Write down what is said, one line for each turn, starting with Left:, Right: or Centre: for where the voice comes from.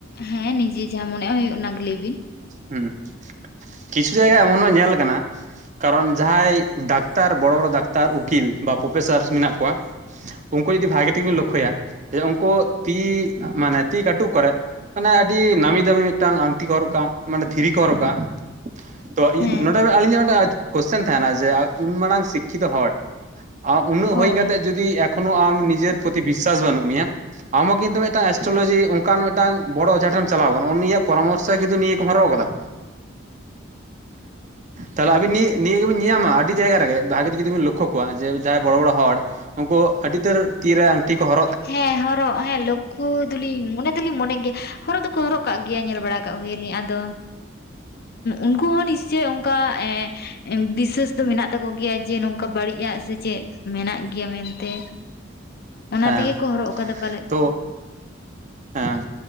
Left: ᱦᱮᱸ ᱱᱤᱡᱮ ᱡᱟᱦᱟᱸ ᱢᱚᱱᱮ ᱦᱩᱭᱩᱜ ᱚᱱᱟ ᱜᱮ ᱞᱟᱹᱭ ᱵᱤᱱ᱾
Right: ᱦᱩᱸ ᱠᱤᱪᱷᱩ ᱡᱟᱭᱜᱟ ᱮᱢᱚᱱ ᱦᱚᱸ ᱧᱮᱞ ᱠᱟᱱᱟ ᱠᱟᱨᱚᱱ ᱡᱟᱦᱟᱸᱭ ᱰᱟᱠᱛᱟᱨ ᱵᱚᱲᱚ ᱵᱚᱲᱚ ᱰᱟᱠ ᱛᱟᱨ ᱩᱠᱤᱞ ᱵᱟ ᱯᱚᱯᱮᱥᱟᱨ ᱢᱮᱱᱟᱜ ᱠᱚᱣᱟ ᱩᱝᱠᱩ ᱡᱩᱫᱤ ᱵᱷᱟᱜᱮ ᱴᱷᱤᱠ ᱵᱤᱱ ᱞᱳᱠᱠᱷᱳᱭᱟ ᱡᱮ ᱩᱝᱠᱩ ᱛᱤ ᱢᱟᱱᱮ ᱛᱤ ᱠᱟᱹᱴᱩᱵ ᱠᱚᱨᱮ ᱢᱟᱱᱮ ᱟᱹᱰᱤ ᱱᱟᱹᱢᱤ ᱫᱟᱹᱢᱤ ᱢᱤᱫᱴᱟᱝ ᱟᱝᱴᱷᱤ ᱠᱚ ᱦᱚᱨᱚᱜ ᱠᱟᱜᱟ, ᱢᱟᱱᱮ ᱫᱷᱤᱨᱤ ᱠᱚ ᱦᱚᱨᱚᱜ ᱠᱟᱜᱟ᱾ ᱛᱚ
Left: ᱦᱮᱸ᱾
Right: ᱱᱚᱰᱮ ᱟᱹᱞᱤᱧᱟᱜ ᱢᱤᱫᱴᱮᱱ ᱠᱚᱥᱪᱮᱱ ᱛᱟᱦᱮᱱᱟ ᱡᱮ ᱩᱱ ᱢᱟᱨᱟᱝ ᱥᱤᱠᱼᱼ ᱥᱤᱠᱠᱷᱤᱛᱚ ᱦᱚᱲ ᱩᱱᱟᱹᱜ
Left: ᱦᱳᱭ
Right: ᱦᱩᱭ ᱠᱟᱛᱮᱫ ᱡᱩᱫᱤ ᱮᱠᱷᱚᱱᱳ ᱟᱢ ᱱᱤᱡᱮᱨ ᱯᱚᱛᱤ ᱵᱤᱥᱟᱥ ᱵᱟᱹᱱᱩᱜ ᱢᱮᱭᱟ᱾ ᱟᱢ ᱦᱚᱸ ᱠᱤᱱᱛᱩ ᱢᱤᱫᱴᱟᱝ ᱮᱥᱴᱨᱳ ᱞᱚᱡᱤ ᱚᱱᱠᱟᱱ ᱢᱤᱫᱴᱟᱝ ᱵᱚᱲᱚ ᱚᱡᱷᱟ ᱴᱷᱮᱱ ᱮᱢ ᱪᱟᱞᱟᱣ ᱟᱠᱟᱱᱟ ᱩᱱᱤᱭᱟᱜ ᱯᱚᱨᱟᱢᱚᱨᱥᱚ ᱠᱤᱱᱛᱩ ᱱᱤᱭᱟᱹ ᱠᱚᱢ ᱦᱟᱨᱚᱜ ᱟᱠᱟᱫᱟ, ᱛᱟᱦᱚᱞᱮ ᱟᱵᱤᱱ ᱱᱤᱭᱟᱹ ᱱᱤᱭᱟᱹ ᱜᱮᱵᱤᱱ ᱧᱟᱞᱧᱟᱢᱟ ᱟᱹᱰᱤ ᱡᱟᱭᱜᱟ ᱨᱮᱜᱮᱼᱼ ᱵᱷᱟᱜᱤ ᱛᱮ ᱡᱩᱫᱤᱵᱮᱱ ᱞᱚᱠᱠᱷᱚ ᱠᱚᱣᱟ ᱡᱮ ᱡᱟᱦᱟᱸᱭ ᱵᱚᱲᱚ ᱵᱚᱲᱚ ᱦᱚᱲ ᱩᱱᱠᱩ ᱟᱹᱰᱤ ᱩᱛᱟᱹᱨᱼᱼ ᱛᱤ ᱨᱮ ᱟᱝᱴᱷᱤ ᱠᱚ ᱦᱚᱼᱼ
Left: ᱦᱮᱸ ᱦᱚᱨᱚᱜ ᱦᱮᱸ ᱞᱚᱠᱠᱷᱚ ᱫᱚᱞᱤᱧ ᱢᱚᱱᱮ ᱫᱚᱞᱤᱧ ᱢᱚᱱᱮ ᱜᱮᱭᱟ ᱦᱚᱨᱚᱜ ᱫᱚᱠᱚ ᱦᱚᱨᱚᱜᱼᱼ ᱠᱟᱜ ᱜᱮᱭᱟ ᱧᱮᱞ ᱵᱟᱲᱟ ᱠᱟᱜ ᱜᱮᱭᱟᱞᱤᱧ ᱟᱫᱚ ᱩᱱᱠᱩ ᱦᱚᱸ ᱱᱤᱥᱪᱳᱭ ᱚᱱᱠᱟ ᱮᱸᱻ ᱵᱤᱥᱟᱹᱥ ᱫᱚ ᱢᱮᱱᱟᱜ ᱛᱟᱠᱚ ᱜᱮᱭᱟ ᱡᱮ ᱱᱚᱝᱠᱟ ᱵᱟᱹᱲᱤᱡᱟᱜ ᱥᱮ ᱪᱮᱫ ᱢᱮᱱᱟᱜ ᱜᱮᱭᱟ ᱢᱮᱱᱛᱮ᱾ ᱚᱱᱟ
Right: ᱦᱮᱸ
Left: ᱛᱮᱜᱮ ᱠᱚ ᱦᱚᱨᱚᱜ ᱟᱠᱟᱫᱟ ᱯᱟᱞᱮᱫᱼᱼ
Right: ᱛᱚ ᱦᱮᱸ